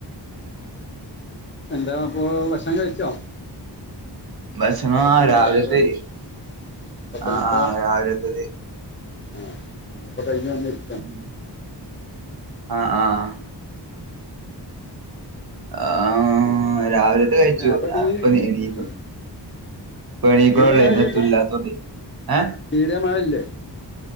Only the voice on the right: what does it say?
ഭക്ഷണം
ആ
രാവിലത്തെ
ആ ആ രാവിലത്തത്
ഉം ആഹ് ആഹ് ആഹ്
രാവിലത്തെ കഴ്ച്ചു
ഞാപ്പൊ
നീ എണീക്കും
ഇപ എണീക്ക്ണൊള്ളെ
ഇന്നെത്തുല്ലാത്തോണ്ട്
ഏഹ്